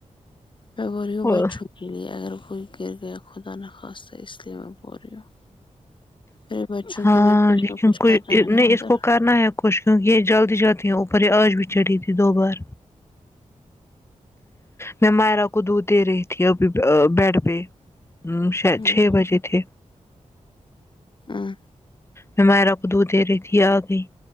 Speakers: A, on the left; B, on the left.
A: میں بول رہی
B: ہے
A: ہوں بچوں کے لیے اگر کوئی گر گیا خدا نخواستہ اس لیے میں بو رہی ہوں میرے بچوں
B: ہاں
A: کے لیے کچھ
B: لیکن
A: نہ کچھ
B: کوئی
A: کرنا
B: ای
A: ہے نا
B: نہیں
A: ادھر
B: اس کو کرنا ہےاب خوش کیونکہ یہ جلدی جاتی ہے اوپر یہ آج بھی چڑھی تھی دو بار میں مائرہ کو دودھ دے رہی تھی ابھی ب بیڈ پہ شاید
A: ہوں
B: چھ بجے تھے
A: ہاں
B: میں مائرہ کو دودھ دے رہی تھی آ گئی